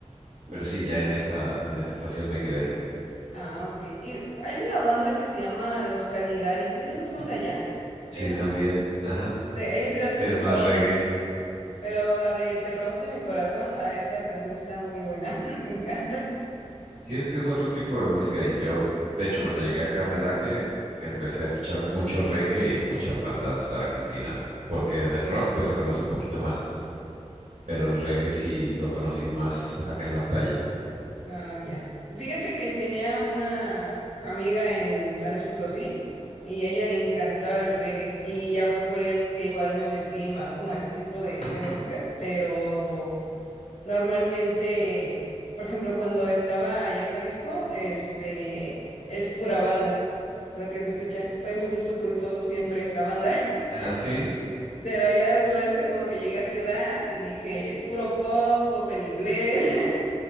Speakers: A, on the right; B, on the left.
A: pero sí ya en esa, en esa estación me quedé.
B: Ah, ok. Y hay una banda que se llama Los Caligaris, ellos no son de allá,
A: Sí,
B: sí, ¿no?
A: también. Ajá.
B: De, ellos sí los he
A: Sí,
B: escuchado,
A: es más reggae.
B: pero la de Te robaste mi corazón, ah, esa canción está muy buena, <laughs> me encanta.
A: Sí, es que es otro tipo de música y yo, de hecho, cuando llegué acá a Melaque, empecé a escuchar mucho reggae y muchas bandas argentinas, porque del rock pues se conoce un poquito más, pero el reggae sí lo conocí más acá en la playa.
B: Ah, ya. Fíjate que tenía una amiga en San Luis Potosí y a ella le encantaba el reggae y ya fue por ella que igual me metí más como a ese tipo de, de música, pero normalmente, por ejemplo, cuando estaba allá en Jalisco, este, es pura banda lo que se escucha. Fue mi gusto culposo siempre, la banda. <laughs>
A: Así,
B: Pero ya después fue como que llegué a ciudad y dije, puro pop, pop en inglés.